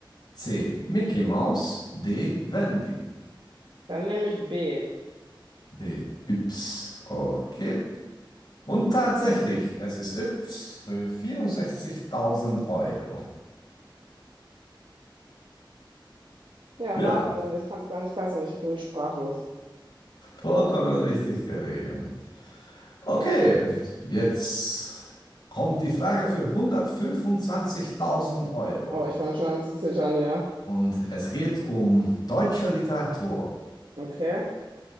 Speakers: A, on the left; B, on the right.
A: C. Mickey Mouse, D. Wendy.
B: Dann nehme ich B.
A: B-Yps. Okay. Und tatsächlich, es ist Yps für 64.000 Euro.
B: Ja,
A: Ja,
B: Wahnsinn, ich kann es gar nicht fassen. Ich bin sprachlos.
A: vollkommen richtig gelegen. Okay, jetzt kommt die Frage für 125.000 Euro.
B: Oh, ich fange schon an zu zittern, ja.
A: Und es geht um deutsche Literatur.
B: Okay.